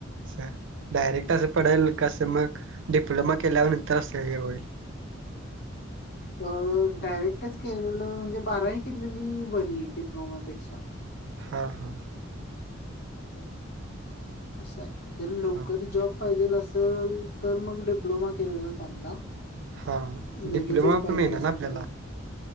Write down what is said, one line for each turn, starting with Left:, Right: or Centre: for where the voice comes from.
Right: सर डायरेक्ट असं पडेल कसं मग डिप्लोमा केल्यानंतर असं हे होईल
Left: अ डायरेक्टच केलेलं म्हणजे बारावी केलेली बरी डिप्लोमापेक्षा
Right: हा हा
Left: <unintelligible> असं आहे जर लवकर
Right: हां
Left: जॉब पाहिजेल असल तर मग डिप्लोमा केलेला चांगला
Right: हां
Left: लगेचच
Right: डिप्लोमा
Left: पाहिजे
Right: पण मिळणार
Left: असेल
Right: ना आपल्याला
Left: तर